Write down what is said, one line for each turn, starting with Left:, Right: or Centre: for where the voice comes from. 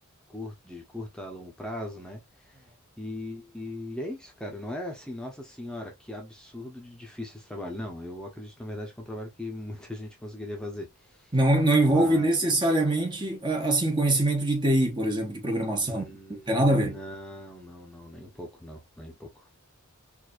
Centre: curta, de curta a longo prazo, né? E, e é isso, cara. Não é assim, nossa senhora, que absurdo de difícil esse trabalho. Não, eu acredito, na verdade, que é um trabalho que muita <laughs> gente conseguiria fazer.
Right: Não, não envolve
Centre: Mas.
Right: necessariamente, a- assim, conhecimento de TI, por exemplo, de programação.
Centre: hum,
Right: Não tem nada a ver.
Centre: Não, não, não, nem um pouco, não, nem um pouco.